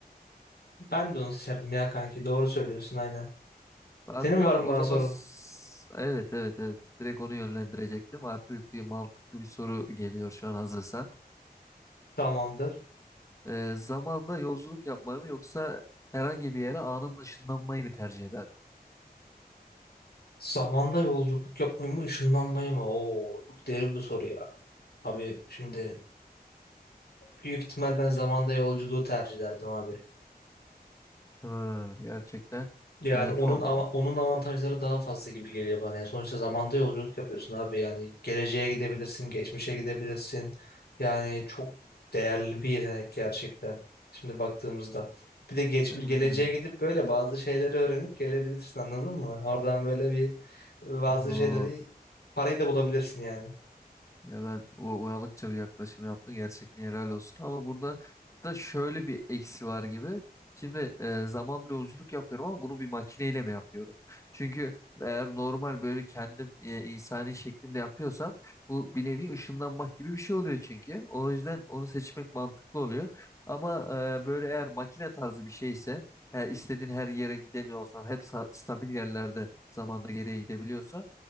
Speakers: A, on the left (about 75°); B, on the left (about 20°).
A: ben de onu seçerdim ya kanki. Doğru söylüyorsun aynen.
B: Hatta
A: Senin var mı
B: o
A: bana
B: zaman
A: sorun?
B: s- evet evet evet direkt onu yönlendirecektim. Artık bir mantıklı bir soru geliyor şu an hazırsan.
A: Tamamdır.
B: e, zamanda yolculuk yapmayı mı yoksa herhangi bir yere anında ışınlanmayı mı tercih eder?
A: Zamanda yolculuk yapmayı mı ışınlanmayı mı? Oo çok derin bir soru ya. Abi şimdi büyük ihtimal ben zamanda yolculuğu tercih ederdim abi.
B: Hı, gerçekten
A: Yani
B: e,
A: onun
B: tuhaf
A: ava-
B: ama.
A: onun avantajları daha fazla gibi geliyor bana. Yani sonuçta zamanda yolculuk yapıyorsun abi. Yani geleceğe gidebilirsin, geçmişe gidebilirsin. Yani çok değerli bir yetenek gerçekten. Şimdi baktığımızda. Bir de geçmiş
B: Hmm.
A: geleceğe gidip böyle bazı şeyleri öğrenip gelebilirsin anladın mı? Oradan böyle bir bazı
B: Oo.
A: şeyleri parayı da bulabilirsin yani.
B: Ya ben o uyanıkça bir yaklaşım yaptım. Gerçekten helal olsun. Ama burada da şöyle bir eksi var gibi. Şimdi e, zamanla yolculuk yapıyorum ama bunu bir makineyle mi yapıyorum? Çünkü eğer normal böyle kendim e, insani şeklimde yapıyorsam bu bir nevi ışınlanmak gibi bir şey oluyor çünkü. O yüzden onu seçmek mantıklı oluyor. Ama e, böyle eğer makine tarzı bir şeyse e, istediğin her yere gidemiyorsan hep sa- stabil yerlerde zamanda geriye gidebiliyorsan